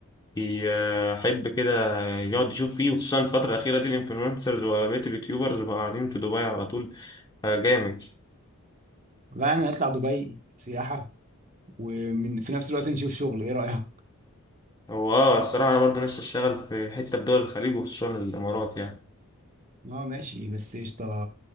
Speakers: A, on the left; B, on the right.
A: بيحب كده يقعد يشوف فيه وخصوصا الفترة الأخيرة دي الإنفلونسرز وبقية اليوتيوبرز بقوا قاعدين في دبي على طول آه، جامد
B: لا احنا نطلع دبي سياحه ومن في نفس الوقت نشوف شغل ايه رايك
A: هو اه الصراحة أنا برضه نفسي أشتغل في حتة في دول الخليج وخصوصا الإمارات يعني
B: اه ماشي بس قشطه